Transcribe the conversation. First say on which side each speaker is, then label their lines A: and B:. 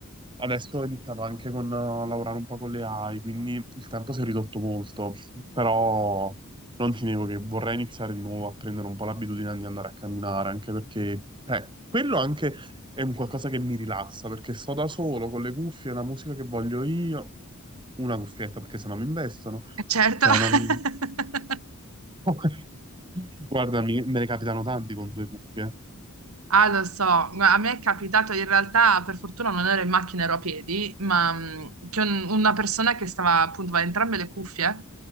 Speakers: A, on the right (about 20°); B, on the right (about 85°).
A: Adesso ho iniziato anche con eh, lavorare un po' con le AI, quindi il tempo si è ridotto molto, però non ti nego che vorrei iniziare di nuovo a prendere un po' l'abitudine di andare a camminare, anche perché eh, quello anche è un qualcosa che mi rilassa, perché sto da solo con le cuffie, la musica che voglio io, una cuffietta perché sennò mi investono,
B: Eh, Certo.
A: cioè
B: <laughs>
A: non... <laughs> Guarda, mi- me ne capitano tanti con due cuffie.
B: Ah, lo so, Gua- a me è capitato in realtà, per fortuna non ero in macchina, ero a piedi, ma mh, che un- una persona che stava appunto aveva entrambe le cuffie,